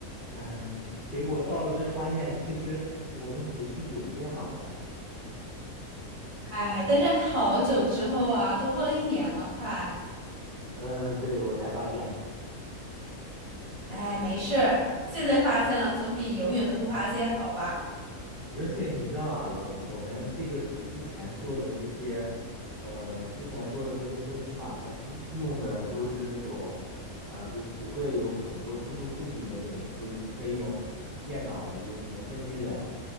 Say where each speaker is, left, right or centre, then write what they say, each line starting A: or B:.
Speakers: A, on the right (about 45°); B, on the right (about 70°).
A: 哎，结果到了这发现，其实我们组是有电脑的啊。
B: 哎，但是好久之后啊，都过了一年了，快，
A: 嗯，对，我才发现。
B: 哎，没事儿，现在发现了总比永远都不发现好吧？
A: <laughs> 嗯。而且你知道吧，我我们这个组之前做的那些，呃，之前做的那些分析嘛，它都用的都是那种，呃，就是不会有很多输出数据的那种，就是你可以用电脑就能分析了。